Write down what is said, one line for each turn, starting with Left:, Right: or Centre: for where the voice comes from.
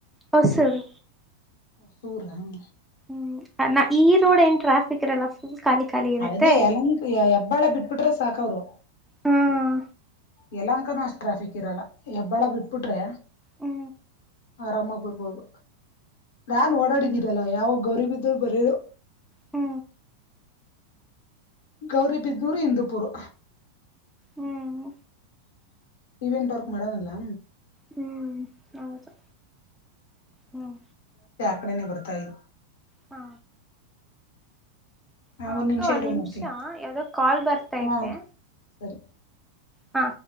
Centre: ಹೊಸೂರ್.
Left: ಹೊಸುರ ಹ.
Centre: ಹ್ಮ ನ ಈ ರೋಡ್ ಏನ್ ಟ್ರಾಫಿಕ್ ಇರಲ್ಲ ಫುಲ್. ಖಾಲಿ ಖಾಲಿ ಇರತ್ತೆ
Left: ಅದೇ ಯಲಂಕ್ ಹೆಬ್ಬಾಳ ಬಿಟ್ಬಿಟ್ರೆ ಸಾಕ ಅವ್ರು.
Centre: ಹ್ಮ್
Left: ಯಲ್ಲಂಕ ಅಷ್ಟ ಟ್ರಾಫಿಕ್ ಇರಲ್ಲ ಹೆಬ್ಬಾಳ ಬಿಟ್ಬಿಟ್ರೆ.
Centre: ಹ್ಮ
Left: ಆರಾಮಗಿ ಬರ್ಬೋದು. ನಾನ್ ಓಡಾಡಿದನಲ್ಲ ಯಾವಾ ಗೌರಿಬಿದ್ದೂರು ಬರರು.
Centre: ಹ್ಮ
Left: ಗೌರಿಬಿದ್ನೂರು ಇಂದುಪುರು.
Centre: ಹ್ಮ್
Left: ಇವೆಂಟ್ ವರ್ಕ್ ಮಾಡನಲ್ಲ.
Centre: ಹ್ಮ್ ಹೌದು ಹ್ಮ್.
Left: ಕಡಿನೆ ಬರ್ತಾ ಇದೆ.
Centre: ಹಾ
Left: ಹಾ
Centre: ಹ ಆಕ್ಕ ಒಂದ್
Left: ಇರು
Centre: ನಿಮಿಷ
Left: ಮಾಡ್ತೀನಿ
Centre: ಯಾವ್ದೋ ಕಾಲ್ ಬರ್ತೈತೆ.
Left: ಹಾ ಸರಿ
Centre: ಹಾ